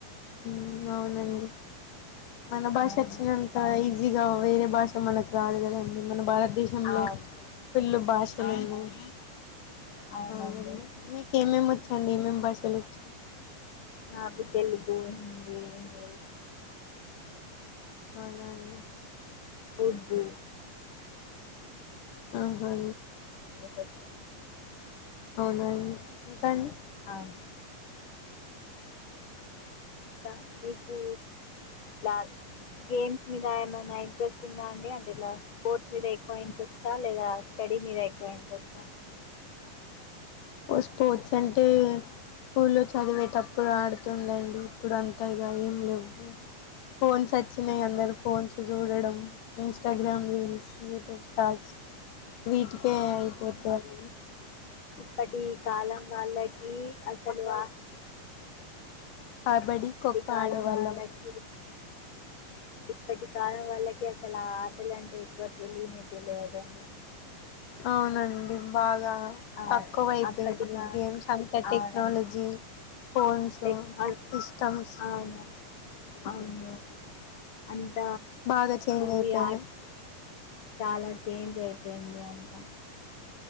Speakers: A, on the left (about 70°); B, on the left (about 85°).
A: ఊ అవునండీ. మన భాష
B: అవును
A: అచ్చినంత ఈజీగా వేరే భాష మనకు రాదుకదండి మన భారత దేశంలో
B: అవును
A: ఫుళ్ళు భాషలు
B: అవునా
A: ఉన్నయి,
B: అవునండి
A: ఆ మీకు ఏమేమి వచ్చండి. ఏం భాషలోచ్చు
B: నాకు తెలుగు హిందీ ఇంగ్లీష్
A: అవునా అండీ
B: ఉర్థు
A: అహా
B: అబ్బచ్చా
A: అవునా అండి ఇంకా అండి
B: అవును ఇంకా మీకూ గ్యాల్ గేమ్స్ మీద ఏమైనా ఇంట్రెస్ట్ ఉందా అండి అంటే ఇలా స్పోట్స్ మీద ఎక్కువ ఇంట్రెస్ట్ చాల్లేదా స్టడీ మీద ఎక్కువ ఇంట్రెస్టా
A: స్పోర్ట్స్ అంటే స్కూల్లో చదివేటప్పుడు ఆడుతుండండి ఇప్పుడు అంతా ఇగ ఏం లేవ్ ఫోన్స్ అచ్చినయ్
B: అవునా
A: అందరు ఫోన్స్ చూడడం ఇంస్టాగ్రామ్ రీల్స్ యూట్యూబ్ స్టాల్స్ వీటికే అయిపోతాది
B: అప్పటి కాలం వాళ్ళకీ అసలువా
A: కబడీ ఖోఖో
B: కాలం
A: ఆడేవాళ్ళం
B: వాళ్ళకి ఇప్పటి కాలం వాళ్లకి అసలు ఆ ఆటలు అంటే ఎక్కువ తెలియనే తెలవదండి
A: అవునండి బాగా
B: అవును
A: తక్కువైపోయింది
B: అప్పటి కా
A: గేమ్స్ అంతా
B: అవునండి
A: టెక్నాలజీ ఫోన్స్
B: టెక్నాలజీ
A: సిస్టమ్స్
B: అవును అవును అంత
A: బాగా చేంజ్
B: ఇవి
A: అయిపోయినాయి
B: ఆర్ట్ చాలా చేంజ్ అయిపోయింది అ అకా